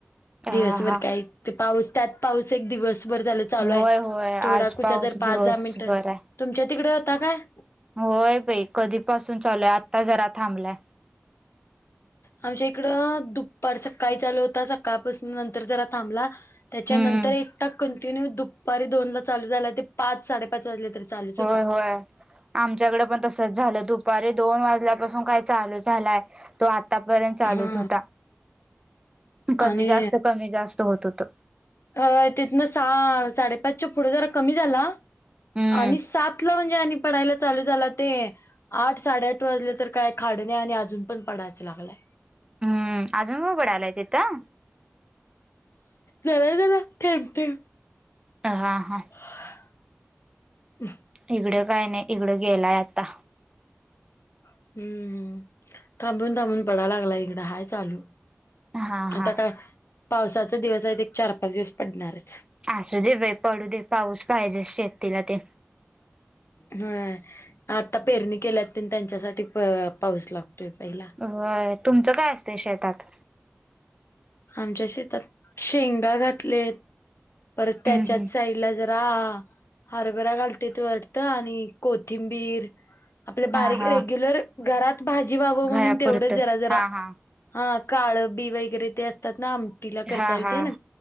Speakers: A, on the right (about 20°); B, on the left (about 65°).
A: हा
B: दिवसभर
A: हा
B: काय? ते पाऊस त्यात पाऊस एक दिवसभर झाल- चालू
A: होय
B: आहे.
A: होय आज
B: थोडा कुठे
A: पाऊस
B: तर पाच
A: दिवसभर
B: दहा मिंनट,
A: आहे
B: तुमच्या तिकडे होता काय?
A: होय बाई कधीपासून चालूय, आत्ता जरा थांबलाय.
B: आमच्या इकडं, दुपार सकाळी चालू होता. सकाळपासून नंतर जरा थांबला. त्याच्यानंतर
A: हम्म
B: एकटा कंटिन्यू दुपारी दोन ला चालू झाला. ते पाच साडेपाच वाजल्या तरी चालूच
A: होय
B: होता.
A: होय. आमच्याकडे पण तसच झालं. दुपारी दोन वाजल्यापासून काय चालू झालाय, तो आतापर्यंत चालूच
B: हा
A: होता. कमी
B: आणि
A: जास्त कमी जास्त होत होत.
B: अ तिथनं सा, साडेपाचच्या पुढे जरा कमी झाला!
A: हम्म
B: आणि सात ला म्हणजे आणि पडायला चालू झाला. ते आठ साडेआठ वाजले तर काय खाड नाही. आणि अजून पण पडायचं लागलंय.
A: हम्म, अजून पडा अलाय तिथं?
B: जरा, जरा, थेंब- थेंब
A: हा हा..
B: ह <inaudible>
A: इकडें काय नाही, इकडं गेलाय आता.
B: हम्म, थांबून थांबून पडा लागला इकडं हाय चालू.
A: हा हा
B: आता काय पावसाचा दिवस आहे. एक चार पाच दिवस पडणारच.
A: असू दे बाई पडू दे, पाऊस पाहिजे शेतीला ते
B: होय, आता पेरणी केल्या त्यांच्यासाठी पाऊस लागतोय पहिला.
A: होय, तुमचं काय असत शेतात?
B: आमच्या शेतात शेंगा घातले. परत त्याच्यात
A: हम्म हम्म
B: साईड तिला जरा, हरभरा घालते वाटत आणि कोथिंबीर आपल्या बारीक,
A: हा हा
B: रेग्युलर घरात भाजी व्हावं म्हणून
A: घरापुरतं
B: तेवढं जरा जरा
A: हा हा.
B: हा काळं बी वगैरे ते असतात ना आमटीला करता
A: हा
B: येयल
A: हा
B: ते ना,